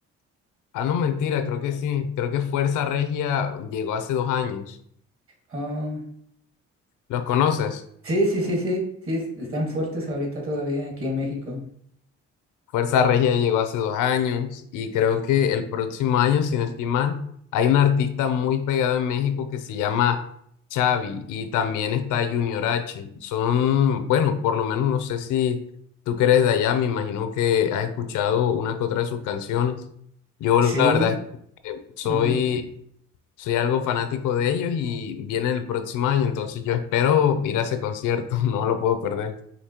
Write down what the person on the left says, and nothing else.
ah, no, mentira, creo que sí. Creo que Fuerza Regia llegó hace dos años.
¿Los conoces?
Fuerza Regia llegó hace dos años y creo que el próximo año, sin estimar, hay un artista muy pegado en México que se llama Xavi y también está Junior H. Son, bueno, por lo menos no sé si tú que eres de allá, me imagino que has escuchado una que otra de sus canciones. Yo
la verdad es que soy,
soy algo fanático de ellos y viene el próximo año, entonces yo espero ir a ese concierto, <laughs> no lo puedo perder.